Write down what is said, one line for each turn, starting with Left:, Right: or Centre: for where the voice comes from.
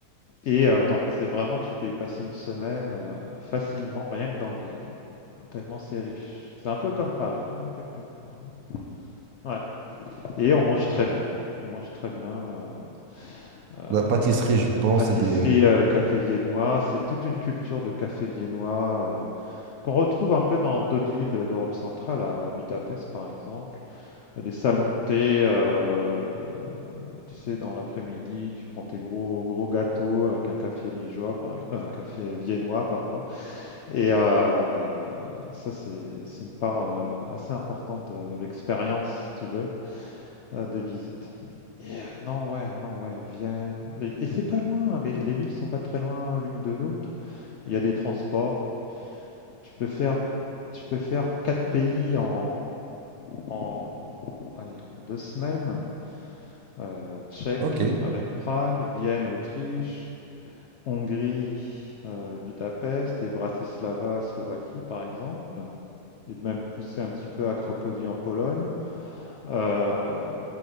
Left: Et euh, non, c'est vraiment, tu peux y passer une semaine euh, facilement, rien que dans Vienne. Tellement c'est riche. C'est un peu comme Paris, hein, quelque part. hein. Ouais. Et on mange très
Right: Oh,
Left: bien. On mange très bien. euh, euh,
Right: La pâtisserie, je pense,
Left: euh, pâtisserie,
Right: c'est des...
Left: euh, café viennois, c'est toute une culture de café viennois euh, qu'on retrouve un peu dans d'autres villes de- d'Europe centrale, à Budapest par exemple. Euh, des salons de thé, euh, tu sais, dans l'après-midi, tu prends tes gros gros gâteaux avec un café liégeois, par ex- euh, un café viennois, pardon. Et euh, ça, c'est c'est une part euh, assez importante de l'expérience, si tu veux, euh, des visites. Et, euh, non, ouais, non, ouais, Vienne. Et, et c'est pas loin, les, les villes sont pas très loin l'une de l'autre. Il y a des transports. Tu peux faire, tu peux faire quatre pays en, en, allez, en deux semaines. euh, tchèque
Right: Ok.
Left: avec Prague, Vienne, Autriche, Hongrie, euh, Budapest et Bratislava, Slovaquie par exemple, et même poussé un petit peu à Cracovie en Pologne, euh,